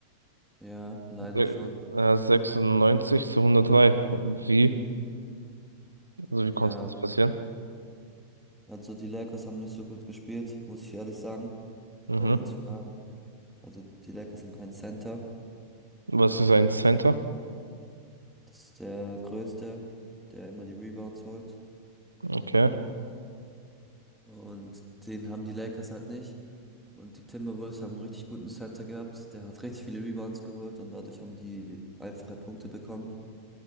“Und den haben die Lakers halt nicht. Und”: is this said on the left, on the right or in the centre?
Centre